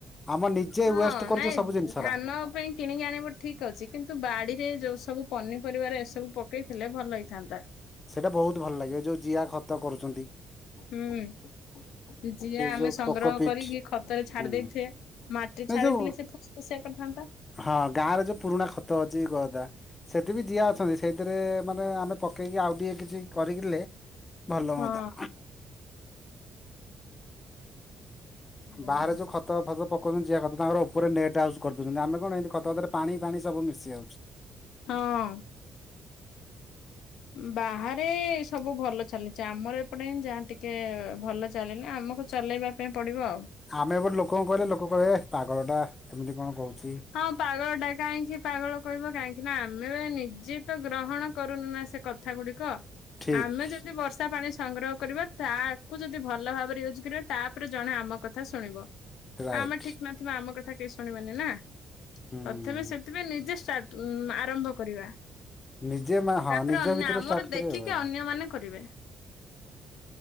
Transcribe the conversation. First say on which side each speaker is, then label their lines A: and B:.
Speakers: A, on the left; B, on the left.
A: ଆମ ନିଜେ
B: ହଁ
A: ୱେଷ୍ଟ କରୁଛୁ
B: ନାଇଁ
A: ସବୁ ଜିନିଷ
B: ଧାନ
A: ଗୁରା।
B: ପାଇଁ କିଣିକି ଆଣିବ ଠିକ୍ ଅଛି କିନ୍ତୁ ବାଡିରେ ଯୋଉ ସବୁ ପନିପରିବାରେ ଏସବୁ ପକେଇଥିଲେ ଭଲ ହେଇଥାନ୍ତା
A: ସେଇଟା ବହୁତ ଭଲ ଲାଗେ ଯୋଉ ଜିଆଁ ଖତ କରୁଚନ୍ତି।
B: ହୁଁ। ଯିଆଁ ଆମେ
A: ଯୋଉ
B: ସଂଗ୍ରହ
A: କୋକୋପିଟ୍
B: କରିକି ଖତରେ ଛାଡି
A: ହୁଁ
B: ଦେଇଥେ। ମାଟି
A: ଏ
B: ଛାଡିଥିଲେ
A: ଯୋଉ
B: ସେ ଫୁସ୍ ଫୁସିଆ କରିଥାନ୍ତା।
A: ହଁ ଗାଁରେ ଯୋଉ ପୁରୁଣା ଖତ ଅଛି କଦା ସେଠି ବି ଯିଆଁ ଅଛନ୍ତି ସେଇଥିରେ ମାନେ ଆମେ ପକେଇକି ଆଉ ଟିଏ କିଛି କରିକିଲେ ଭଲ
B: ହଁ।
A: ହୁଅନ୍ତା।
B: ହୁଁ।
A: ବାହାରେ ଯୋଉ ଖତ୍ ତ ଭଲ ପକଉଚନ୍ତି ଯିଆ ଖତ ତାଙ୍କର ଉପରେ ନେଟ୍ ହାଉସ୍ କରିଦଉଚନ୍ତି ଆମେ କଣ ଏତି ଖତ ଗଦାରେ ପାଣି ଫାଣି ସବୁ ମିଶି ଯାଉଚି।
B: ହଁ। ବାହାରେ ସବୁ ଭଲ ଚାଲିଚି ଆମର ଏପଟେ ଯାହା ଟିକେ ଭଲ ଚାଲିଲେ ଆମକୁ ଚଲେଇବା ପାଇଁ ପଡିବ ଆଉ।
A: ଆମେ ଏପଟେ ଲୋକଙ୍କୁ କହିଲେ ଲୋକ କହିବେ ପାଗଳ ଟା ଏମିତି କଣ କହୁଚି।
B: ହଁ ପାଗଳ ଟା କାହିଁକି ପାଗଳ କହିବେ କାହିଁକି ନା ଆମେ ବା ନିଜେ ତ ଗ୍ରହଣ କରୁନୁ ନା ସେ କଥ୍ କଥା ଗୁଡିକ।
A: ଠିକ
B: ଆମେ ଯଦ୍ ଯଦି ବର୍ଷା ପାଣି ସଂଗ୍ରହ କରିବା ତାକୁ ଯଦି ଭଲ ଭାବରେ ଇଉଜ୍ କରିବେ ତାପରେ ଜଣେ ଆମ କଥା ଶୁଣିବ। କାଇଁ
A: ରାଇଟ
B: ଆମେ ଠିକ୍ ନଥିବା ଆମ କଥା କେହି ଶୁଣିବେନି ନା।
A: ହୁଁ
B: ପ୍ରଥମେ ସେଥିପାଇଁ ନିଜେ ଷ୍ଟାଟ୍ ଆରମ୍ଭ କରିବା।
A: ନିଜେ ମା ହଁ
B: ତାପରେ
A: ନିଜ
B: ଅନ୍ୟ
A: ଭିତରୁ
B: ଆମର
A: ଷ୍ଟାର୍ଟ କରିବା
B: ଦେଖିକି ଅନ୍ୟ ମାନେ କରିବେ।